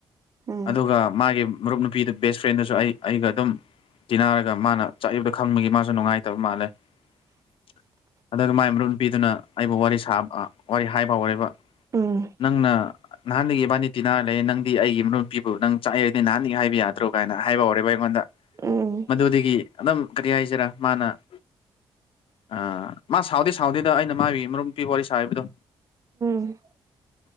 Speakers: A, on the right; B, on the left.
A: ꯎꯝ
B: ꯑꯗꯨꯒ ꯃꯥꯒꯤ ꯃꯔꯨꯞ ꯅꯨꯄꯤꯗꯨ ꯕꯦꯁ ꯐ꯭ꯔꯦꯟꯗꯨꯁꯨ ꯑꯩ ꯑꯩꯒ ꯑꯗꯨꯝ ꯇꯤꯟꯅꯔꯒ ꯃꯥꯅ ꯆꯠꯂꯤꯕꯗꯣ ꯈꯪꯕꯒꯤ ꯃꯥꯁꯨ ꯅꯨꯡꯉꯥꯏꯇꯕ ꯃꯥꯜꯂꯦ ꯑꯗꯨꯒ ꯃꯥꯏ ꯃꯔꯨꯜ ꯄꯤꯗꯨꯅ ꯑꯩꯕꯨ ꯋꯥꯔꯤ ꯁꯥꯕ ꯋꯥꯔꯤ ꯍꯥꯏꯕ ꯍꯧꯔꯤꯕ
A: ꯎꯝ
B: ꯅꯪꯅ ꯅꯍꯥꯟꯗꯒꯤ ꯏꯕꯥꯅꯤ ꯇꯤꯅꯥ ꯂꯩ ꯅꯪꯗꯤ ꯑꯩꯒꯤ ꯅꯨꯄꯤꯕꯨ ꯅꯪ ꯆꯥꯛꯏꯗꯤ ꯅꯍꯥꯟꯗꯒꯤ ꯍꯥꯏꯕ ꯌꯥꯗ꯭ꯔꯣ ꯀꯥꯏꯅ ꯍꯥꯏꯕ ꯍꯧꯔꯦꯕ ꯗ
A: ꯎꯝ
B: ꯃꯗꯨꯗꯒꯤ ꯑꯗꯨꯝ ꯀꯔꯤ ꯍꯥꯏꯁꯤꯔꯥ ꯃꯥꯅ ꯑ ꯃꯥ ꯁꯥꯎꯗꯦ ꯁꯥꯎꯗꯦꯗ ꯑꯩꯅ ꯃꯥꯒꯤ ꯃꯔꯨꯞ ꯄꯤ ꯋꯥꯔꯤ ꯁꯥꯕꯗꯣ
A: ꯎꯝ